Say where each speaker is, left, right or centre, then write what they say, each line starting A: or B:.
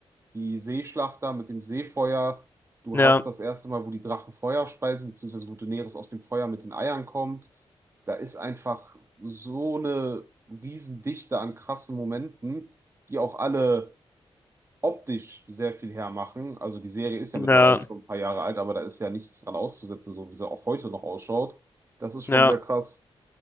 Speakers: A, on the right (about 30°); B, on the left (about 20°).
A: die Seeschlacht da mit dem Seefeuer. Du
B: Ja,
A: hast das erste Mal, wo die Drachen Feuer speisen, beziehungsweise wo Daenerys aus dem Feuer mit den Eiern kommt. Da ist einfach so eine Riesendichte an krassen Momenten, die auch alle optisch sehr viel hermachen. Also die Serie ist ja
B: ja,
A: mittlerweile schon ein paar Jahre alt, aber da ist ja nichts dran auszusetzen, so wie sie auch heute noch ausschaut. Das ist schon
B: ja.
A: sehr krass.